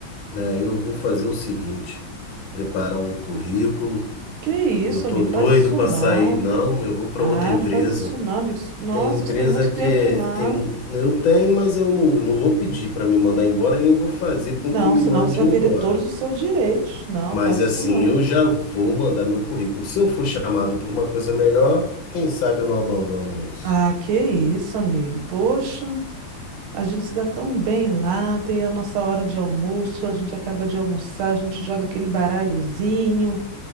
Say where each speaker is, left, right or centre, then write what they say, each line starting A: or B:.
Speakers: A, on the left; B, on the right.
A: é, eu vou fazer o seguinte: preparar um currículo.
B: Que isso,
A: Eu tô
B: amigo?
A: doido
B: Faz isso
A: pra
B: não.
A: sair. Não, eu vou pra
B: Ah,
A: outra empresa.
B: não faz isso não, amigo. Nossa,
A: Tem empresa
B: você tem muito tempo
A: que é,
B: lá.
A: tem, eu tenho, mas eu não, não vou pedir pra me mandar embora, nem vou fazer com
B: Não,
A: que me
B: senão
A: mande
B: você vai
A: embora.
B: perder todos os seus direitos. Não,
A: Mas
B: faça
A: assim,
B: isso não.
A: eu já vou mandar meu currículo. Se eu for chamado por uma coisa melhor, quem sabe eu não abandono isso.
B: Ah, que isso, amigo. Poxa, a gente se dá tão bem lá, tem a nossa hora de almoço, a gente acaba de almoçar, a gente joga aquele baralhozinho.